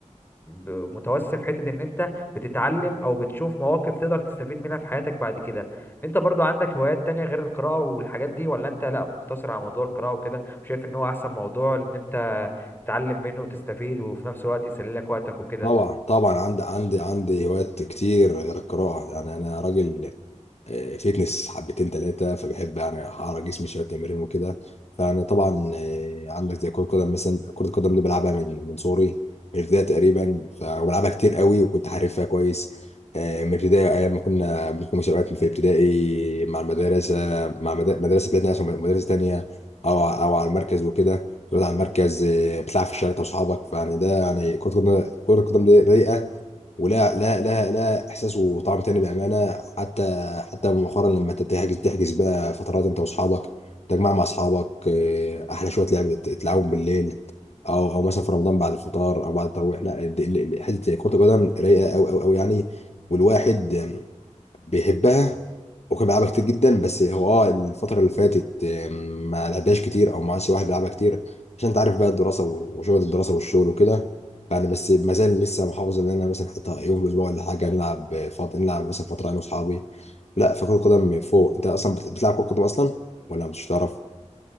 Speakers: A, on the left; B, on the left.
A: ب- متوسع في حته ان انت بتتعلم او بتشوف مواقف تقدر تستفيد منها في حياتك بعد كده انت برضو عندك هوايات تانية غير القراءه والحاجات دي ولا انت لا مقتصر على موضوع القراءه وكده وشايف ان هو احسن موضوع ان انت تتعلم منه وتستفيد وفي نفس الوقت يسلي لك وقتك وكده
B: طبعا طبعا عندي عندي عندي هوايات كتير غير القراءه يعني انا راجل آه، فيتنس حبتين تلاتة فبحب يعني أعرض جسمي شوية تمرين وكده فيعني طبعا آه، عندك زي كرة قدم مثلا كرة القدم دي بلعبها من من صغري من البداية تقريبا فبلعبها كتير قوي وكنت حارفها كويس آه، من البداية أيام ما كنا بنكون مسابقات في ابتدائي مع المدرسة مع مد- مدرسة بلادنا عشان مدرسة تانية أو ع- أو على المركز وكده تقعد على المركز آه، بتلعب في الشارع أنت وأصحابك فيعني ده يعني كرة القدم كرة القدم دي رايقة ولا لا لا لا احساس وطعم تاني بامانه حتى حتى مؤخرا لما انت تحجز تحجز بقى فترات انت واصحابك تجمع مع اصحابك آه، احلى شويه لعب تلعبهم بالليل او او مثلا في رمضان بعد الفطار او بعد التراويح لا ال- ال- ال- حته كره القدم رايقه قوي قوي قوي يعني والواحد بيحبها وكان بيلعبها كتير جدا بس هو اه الفترة اللي فاتت آم، ما لعبهاش كتير او ما عادش واحد بيلعبها كتير عشان انت عارف بقى الدراسة و- وشغل الدراسة والشغل وكده يعني بس ما زال لسه محافظ ان انا مثلا حتى يوم في الاسبوع ولا حاجة نلعب فترة نلعب مثلا فترة انا واصحابي لا فكرة القدم فوق انت اصلا بت- بتلعب كرة قدم اصلا ولا مش تعرف؟